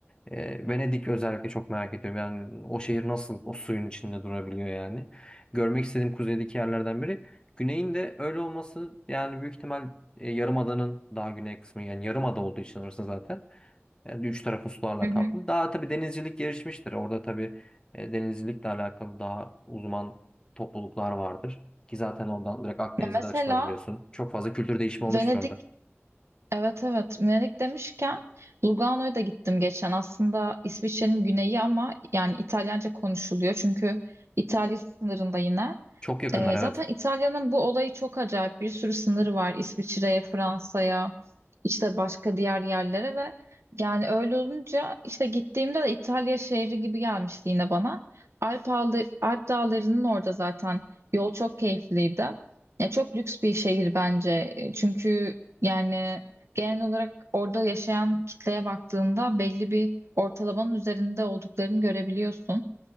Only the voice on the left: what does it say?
Ee, Venedik özellikle çok merak ediyorum. Yani o şehir nasıl o suyun içinde durabiliyor yani. Görmek istediğim kuzeydeki yerlerden biri. Güney'in de öyle olması yani büyük ihtimal e, Yarımada'nın daha güney kısmı yani Yarımada olduğu için orası zaten yani üç tarafı sularla
kaplı.
Daha tabii denizcilik gelişmiştir. Orada tabii e, denizcilikle alakalı daha uzman topluluklar vardır. Ki zaten oradan direkt Akdeniz'e
de açılabiliyorsun. Çok fazla kültür değişimi olmuştur
orada.
Çok yakınlar
evet.